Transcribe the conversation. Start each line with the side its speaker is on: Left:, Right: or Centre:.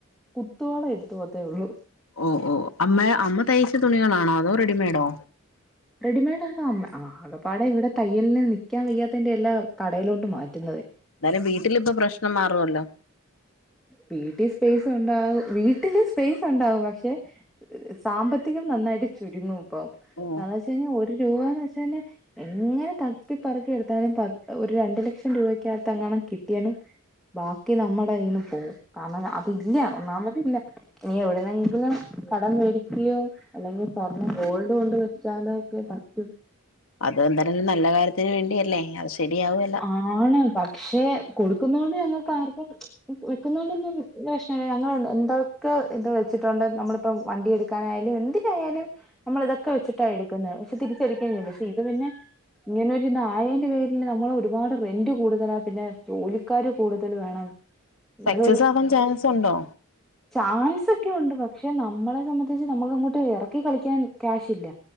Centre: കുത്തോളം എട്ത്ത് പോവത്തെ ഒള്ളു
Left: ഒ ഓ അമ്മേ അമ്മ തയ്ച്ച തുണികളാണോ അതോ റെഡിമെയ്ഡോ
Centre: റെഡിമെയഡ് ആക്ക അമ്മ ആഹ് ആകപാടെ ഇവിടെ തയ്യൽന് നിക്കാൻ വെയ്യാത്തേന്റെ എല്ലാ കടയിലോട്ട് മാറ്റുന്നത്
Left: ഇന്നാലും വീട്ടിലിപ്പ പ്രശ്നം മാറുവല്ലോ
Centre: വീട്ടി സ്പേസ് ഉണ്ടാവും വീട്ടില് സ്പേസ് ഉണ്ടാവും പക്ഷെ സാമ്പത്തികം നന്നായിട്ട് ചുരുങ്ങും ഇപ്പം
Left: ഓ
Centre: കാരണം വെച്ചഴിഞ്ഞാ ഒരു രൂപാന്ന് വെച്ചഴ്ഞ്ഞാ എങ്ങനെ തപ്പിപ്പറ്ക്കി എടുത്താലും പ ഒരു രണ്ടു ലക്ഷം രൂപയ്ക്കകത്ത് എങ്ങാണും കിട്ടിയാലും ബാക്കി നമ്മുടെകയ്യിന്ന് പോവും കാരണം അതില്ല ഒന്നാമതില്ല ഇനി എവിടെന്നെ ങ്കിലും കടം മേടിക്ക്യോ അല്ലെങ്കിൽ സ്വർണം ഗോൾഡ് കൊണ്ട് വെച്ചാലോ ഒക്കെ പറ്റും
Left: അത് എന്താലും ഒരു നല്ല കാര്യത്തിന് വേണ്ടിയല്ലേ ആവിശ് റെഡിയാവോയ്
Centre: ആണ് പക്ഷെ കൊടുക്കുന്നോണ്ട് ഞങ്ങക്ക് ആർക്കും വെക്കുന്നോണ്ടൊന്നും ഒരു പ്രശ്നല്ല ഞങ്ങള് എ എന്തോ ക്കെ ഇത് വെച്ച്‌ട്ടുണ്ട് നമ്മള്പ്പം വണ്ടി എടുക്കാനായാലും എന്തിനായാലും നമ്മള് ഇതൊക്കെ വെച്ചിട്ടാ യെടുക്കുന്നേ പക്ഷെ തിരിചെടുക്കേം ചെയ്യും പക്ഷെ ഇത് പിന്നെ ഇങ്ങനെരു ന്നായെന്റെ പേരിൽ നമ്മളൊരുപാട് റെന്റ് കൂടുതലാ പിന്നെ ജോലിക്കാര് കൂടുതല് വേണം ഇന്നാലൊരുസം
Left: സക്സസ് ആവാൻ ചാൻസ് ഉണ്ടോ
Centre: ചാൻസ് ഒക്കെ ഉണ്ട് പക്ഷെ നമ്മളെ സംബന്ധിച്ച് നമ്മക്ക് അങ്ങോട്ട് എറക്കി കളിക്കാൻ ക്യാഷ്ല്ല.